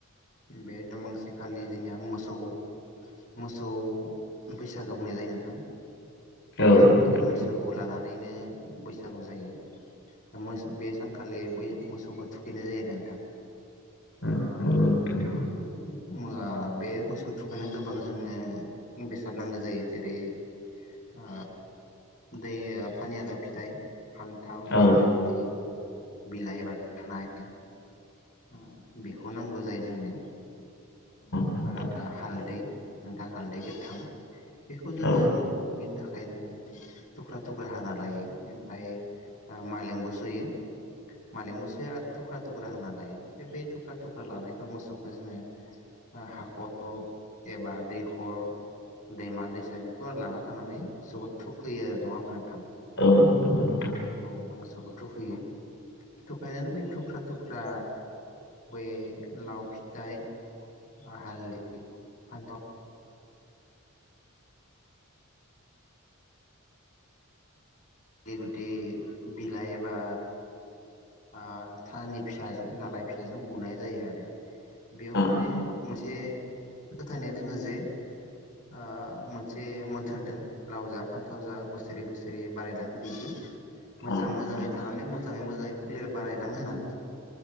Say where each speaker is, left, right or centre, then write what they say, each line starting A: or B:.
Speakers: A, on the left (about 35°); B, on the left (about 55°).
A: बे दमांसेखालि जोंनिया मोसौ मोसौ बैसागो बुंनाय जायो नोंथां।
B: औ
A: बे सानखालि
B: नोंथां
A: मैसोखौ लानानै थानैनो बैसागु जायो। दा मोस बे सानखालि बै मोसौखौ थुखैनाय जायो नोंथां।
B: उम,
A: आ
B: नंगौ नोंथां
A: <unintelligible> ओ बे मोसौ थुखायनो गोबां जोंनो बेसाद नांगौ जायो, जेरै ओ दै फानियाला फिथाइ फान्थाव
B: औ
A: देग्रो गुथिनि बिलाइ <unintelligible> ओम बेखौ नांगौ जायो जोंनो
B: नोंथां
A: आरो हालदै नोंथां हालदै गोथां। बेखौ जोङो
B: औ
A: मोखौ थुखैनो थाखाय। ओमफ्राय जों थुख्रा थुख्रा हाना लायो ओमफ्राय मालेंबो सुयो मालेंबो सुयो आरो थुख्रा थुख्रा हाना ल लायो ओमफ्राय बै थुख्रा थुख्रा लानायखौ मोसौखौ जोङो हाखर एबा दैखर दैमा दैसा बेफोर लाना थांनानै मोसौखौ थुखैयो आरो नङा होमबा नोंथां।
B: औ नंगौ नंगौ।
A: औ मोसौखौ थुखैयो थुखायनानै बै थुख्रा थुख्रा बै लाव फिथाइ ओ हालदि फान्थाव गुथि गुथि बिलाय एबा ओ थानि फिसाजों दालाइ फिसाजों बुनाय जायो आरो। बेयाव माने
B: औ नंगौ
A: मोनसे फोथायनाय दोङो जे ओ मोनसे मोन्थोर दं लाव जा फान्थाव जा बोसोरै बोसोरै बारायलां बिदि मोजां
B: औ
A: मोजाङै
B: नंगौ
A: थानानै मोजाङै मोजाङै फुलिर बारायलां होनना